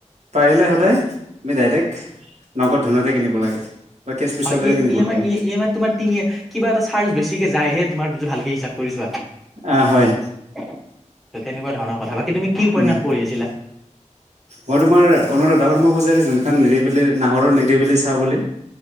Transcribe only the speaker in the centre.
হয়
ই
ই এম
আই ই ই এম আইত তোমাৰ তিনি কিবা এটা চাৰ্জ বেছিকে যায়হে তোমাৰ যদি ভালকে হিচাপ কৰিছোৱা।
ত তেনেকুৱা ধৰণৰ কথা বাকি তুমি কি উপন্যাস
পঢ়ি আছিলা?